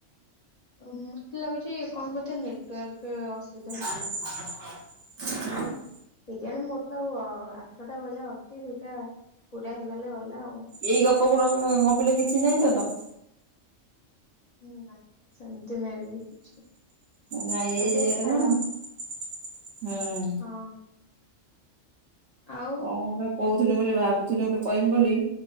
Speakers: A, on the left; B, on the right.
A: ମତେ ଲାଗୁଛି କଣ ବୋଧେ ନେଟୱାର୍କ ଅସୁବିଧା ହଉଛି।
B: <unintelligible>
A: କେଜାଣି ମୋର ତ ଆଉ ଆଠଟା ଭଳିଆ ଅଛି ସେଇଟା ପୁରା ହେଇଗଲେ ଗଲା ଆଉ।
B: ଏଇ ଗପ ଗୁରାକ ଗପିଲେ କିଛି ନାହିଁ ତ ତ।
A: ନା ସେମତି ମେ ବି କିଛି
B: ନାଇଁ
A: ଆଉ
B: ଏଇ
A: ଦେ
B: ଇୟେରେ
A: ଛାଡ
B: ମ ହୁଁ।
A: ହଁ ଆଉ
B: କଣ ଗୋଟେ କହୁଥୁନି ବୋଲି ଭାବୁଥିନି ଗୋଟେ କହମି ବୋଲି।